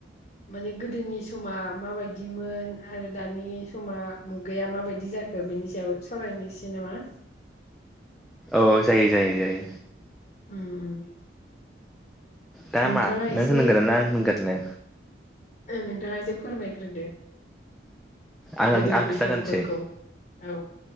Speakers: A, on the left; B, in the centre.
A: माने गोदोनि समा माबायदिमोन आरो दानि समा मुगाया माबायदि जा खो, बिनि सायाव सावरायनोसै नामा?
B: औ जायो जायो जायो।
A: उम उम।
B: दा
A: नोंथाङा
B: मा नों
A: एसे
B: होनगोरनो ना आं होनगोरनो!
A: नोंथाङा एसे फोरमायग्रोदो।
B: आं
A: गोदोनि
B: आं खिन्थागोरनोसै
A: समफोरखौ। औ